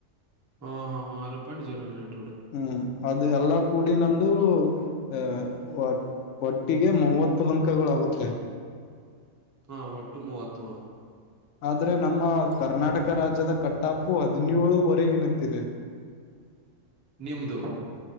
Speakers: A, on the right; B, on the left.
A: ಹ ಹ ಆರು ಪಾಯಿಂಟ್ ಜೀರೋ ಏಟು
B: ಹ್ಮ್ ಅದು ಎಲ್ಲಾ ಕೂಡಿ ನಂದು ಅ ಒ ಒಟ್ಟಿಗೆ ಮೂವತ್ತು ಅಂಕಗಳಾಗುತ್ತೆ.
A: ಹಾ ಒಟ್ಟು ಮೂವತ್ತು
B: ಅಂದ್ರೆ ನಮ್ಮ ಕರ್ನಾಟಕ ರಾಜ್ಯದ ಕಟ್ಟ್ ಟಾಪು ಹದಿನೇಳು ವಾರೆಗೆ ನಿಂತಿದೆ.
A: ನಿಮ್ದು